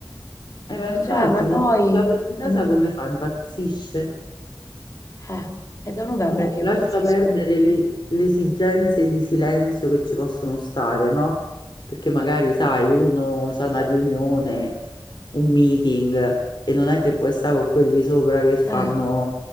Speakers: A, on the left (about 65°); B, on the left (about 40°).
A: Eh, ma infatti,
B: eh. Dice, "Eh, ma noi...
A: ma un lavoro in casa
B: ma no-
A: come fa? Impazzisce?
B: Eh, è da novembre
A: No,
B: che io
A: lascia
B: impazzisco.
A: perdere le, le esigenze di silenzio che ci possono stare, no? Perché magari, sai, uno ha una riunione, un meeting e non è che puoi stare con quelli sopra che fanno
B: Eh,